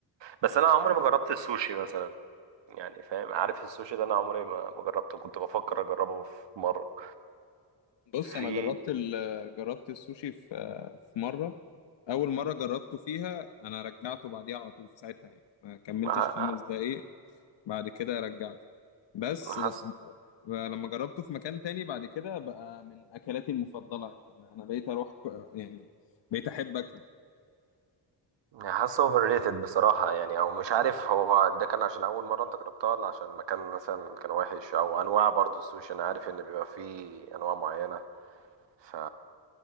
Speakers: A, on the right (about 80°); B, on the left (about 80°).
A: بس أنا عمري ما جربت السوشي مثلا يعني فاهم عارف السوشي ده أنا عمري ما ما جربته كنت بفكر أجربه في مرة
B: بص
A: في
B: انا جربت ال- جربت السوشي في آه، في مره اول مره جربته فيها انا رجعته بعديها على طول في ساعتها يعني ما كملتش
A: مع-
B: خمس دقايق بعد كده رجعته بس
A: حاسس
B: لما جربته في مكان تاني بعد كده بقى من اكلاتي المفضله يعني انا بقيت اروح ك- يعني بقيت احب اكله
A: حاسس اوفر ريتد بصراحة يعني او مش عارف هو ده كان عشان اول مرة انت جربتها ولا عشان المكان مثلا كان وحش او انواع برضو السوشي انا عارف ان بيبقى فيه انواع معينة ف